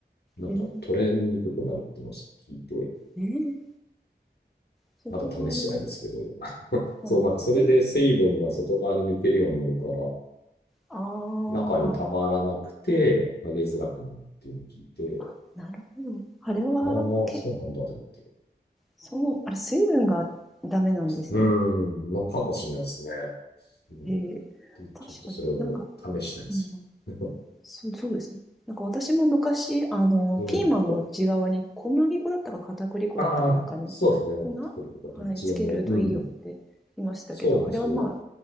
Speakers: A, on the left (about 70°); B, in the centre.
A: なんか取れにくくなるっていうのを聞いて、
B: えー、えー、外側のこ、
A: まだ試してないんですけど。そう、
B: あ、
A: なんかそれで水分が外側に抜けるようになるから、
B: え、ああ、
A: 中にたまらなくて、揚げづらくなるっていうのを聞いて、
B: あ、なるほど。あれは、
A: ああ、
B: け、
A: そうなんだと思って。
B: そう、あれ、水分がダメなんですね。
A: うーん、のかもしれないですね。うん。
B: へえ、
A: でちょっとそれを試したいんですよ。
B: 確かになんか、うん、そう、そうですね。なんか私も昔、あの、
A: <laughs> うん。
B: ピーマンの内側に小麦粉だったか片栗粉だったかなんかの粉
A: ああ、そうですね。テクニックがどっちでも。
B: はい、つけるといいよって言いましたけど、
A: うん。そうなんですよ。
B: あれはまあ、